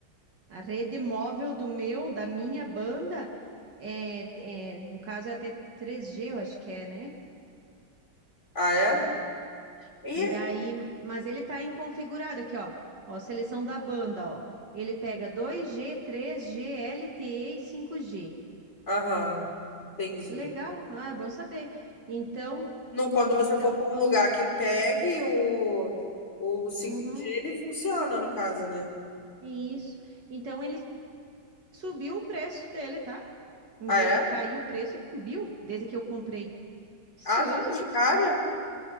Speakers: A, on the right (about 55°); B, on the left (about 30°).
A: A rede móvel do meu, da minha banda, é, é, no caso é até 3G, eu acho que é, né?
B: Ah, é? E,
A: Daí, mas ele tá inconfigurado aqui, ó. Ó, seleção da banda, ó. Ele pega 2G, 3G, LTE e 5G.
B: aham, entendi.
A: Legal, ah, é bom saber. Então,
B: Não, quando
A: então,
B: você for para um lugar que pegue o, o 5G,
A: uhum,
B: ele funciona, no caso, né?
A: isso. Então ele Subiu o preço dele, tá? Em
B: Ah,
A: vez
B: é?
A: de cair o preço, ele subiu desde que eu comprei. Estranho
B: Ah, tá mais
A: isso.
B: caro